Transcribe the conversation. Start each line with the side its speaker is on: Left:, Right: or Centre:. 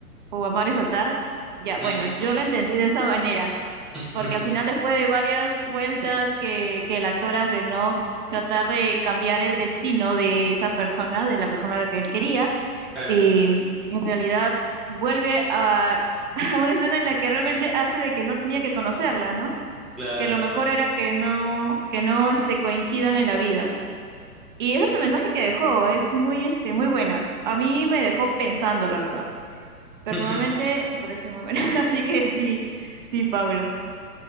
Right: o amar es soltar. Ya, bueno,
Centre: Mm.
Right: yo lo entendí de esa manera,
Centre: <laughs>
Right: porque al final después de varias vueltas que, que el actor hace, ¿no? Tratar de cambiar el destino de esa persona, de la persona a la que él quería
Centre: Claro,
Right: y en realidad vuelve a, <laughs> a una escena en la que realmente hace de que no tenía que conocerla, ¿no?
Centre: claro.
Right: Que lo mejor era que no, que no este, coincidan en la vida. Y ese es el mensaje que dejó, es muy, este, muy buena. A mí me dejó pensando, la verdad. Personalmente
Centre: <laughs>
Right: me pareció muy buena, <laughs> así que sí, sí, Pablo.